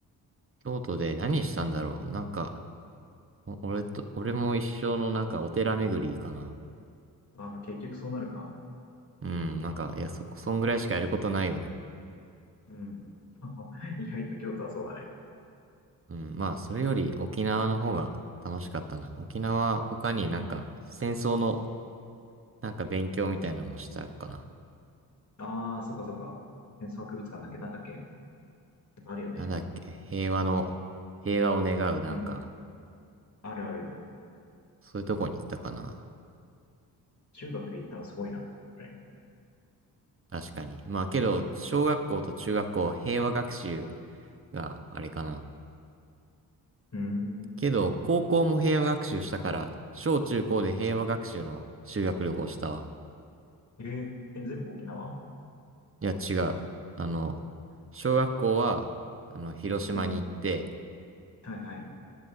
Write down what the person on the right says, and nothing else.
京都で何したんだろう。なんか、お俺と、俺も一生のなんかお寺巡りかな。
うん、なんか、いや、そこ、そんぐらいしかやることないよね。
うん、まあ、それより沖縄の方が楽しかったな。沖縄、他になんか、
戦争のなんか勉強みたいなのもしたかな。
なんだっけ、平和の、平和を願うなんか、
そういうとこに行ったかな。
確かに。まあ、けど、小学校と中学校、平和学習があれかな。
けど、高校も平和学習したから、小中高で平和学習の修学旅行したわ。
いや、違う。あの、小学校は、あの、広島に行って、